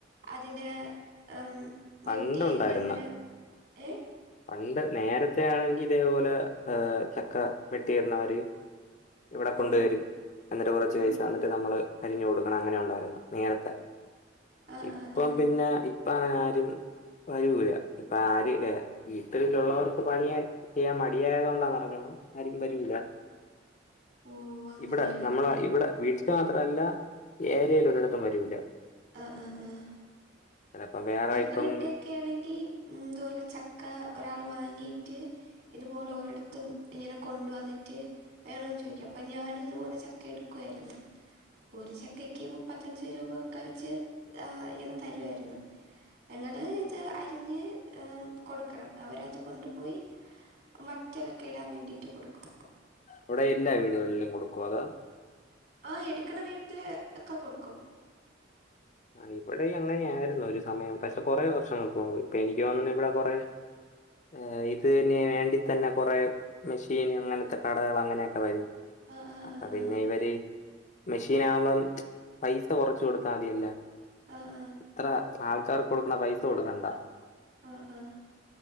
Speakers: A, on the right; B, on the left.
A: അതിനെ ഉം
B: പണ്ടുണ്ടായിരുന്ന
A: വെട്ടി അരിഞ്ഞ് അങ്ങനെ ഏഹ്
B: പണ്ട് നേരത്തെ ആണെങ്കി ഇതേപോലെ ഏഹ് ചക്ക വെട്ടി ഇട്ണോര് ഇവ്ടെ കൊണ്ട്
A: ഉം
B: വരും. എന്നിട്ട് കുറച്ച്
A: ഉം
B: പൈസ
A: ഉം
B: എന്ന്ട്ട് നമ്മള് അരിഞ്ഞ് കൊടുക്കണം അങ്ങനെ ഉണ്ടായിരുന്നു നേരത്തെ.
A: ആഹ്
B: ഇപ്പം
A: ആഹ് ആഹ്
B: പിന്നെ ഇപ്പഅങ്ങനെ ആരും വരൂല. ഇപ്പം ആര് വെരാ വീട്ടില് ലുള്ളവർക്ക് പണിയ ചെയ്യാൻ മടിയായത്കൊണ്ടാന്നറിഞ്ഞൂടാ ആരും വരൂല.
A: ഓ അങ്ങനെയാണല്ലേ
B: ഇവ്ടെ നമ്മളെ ഇവ്ടെ വീട്ട്ത്തെ മാത്രല്ല ഏര്യയില് ഒരിടത്തും വരൂല.
A: ആഹ് ആഹ് ആഹ്
B: ചിലപ്പം വേറെ
A: ഞങ്ങള്
B: ഇപ്പം
A: ഇവിടെക്കെ ആണെങ്കീ മ് ത്പോലെ ചക്ക ഒരാള് വാങ്ങിട്ട് ഇതുപോലെ ഒരിടത്തും ഇങ്ങനെ കൊണ്ട് വന്നിട്ട് വേണോന്ന് ചോദിക്കാം. അപ്പൊ ഞാനും തുപോലെ ചക്ക എടുക്കുആയിരുന്നു. ഒരു ചക്കയ്ക്ക് മുപ്പത്തഞ്ച് രൂപ ഒക്കെ വെച്ച് ആഹ് ഇങ്ങനെ തരുവായിരുന്നു. ഞങ്ങള് ഇത് അരിഞ്ഞ് ഏഹ് കൊടുക്കണം. അവരത് കൊണ്ടുപോയി വറ്റെലൊക്കെ ഇടാം വേണ്ടിട്ട് കൊടുക്കും.
B: അവ്ടെ എല്ലാ വീടുകളിലും കൊടുക്കോ അതോ
A: ആഹ് എട്ക്കണ വീട്ട്‌ല് ഒക്കെ കൊടുക്കും.
B: ആഹ് ഇവടെയും അങ്ങനെയാ യിരുന്നു ഒരു സമയം. പക്ഷെ കൊറേ വർഷങ്ങൾക്ക് മുൻപ് ഇപ്പൊ എനിക്ക് തോന്നുന്നെ ഇവ്ടെ കൊറേ ഏഹ് ഇത് ന് വേണ്ടി തന്നെ കൊറേ മെഷീന് അങ്ങൻത്തെ കടകള് അങ്ങനെയൊക്കെ വരും.
A: ആഹ് ആഹ്
B: അപ്പൊ
A: ആഹ്
B: പിന്നെ
A: ആഹ്
B: ഇവര് മെഷീനാ കുമ്പം പൈസ കൊറച്ച് കൊടുത്താ മതിയല്ലാ
A: ആഹ് ആഹ്
B: ഇത്ര ആൾക്കാർക്ക് കൊട്ക്ക്ണ പൈസ കൊട്ക്കണ്ടാ.
A: ആഹ് ആഹ്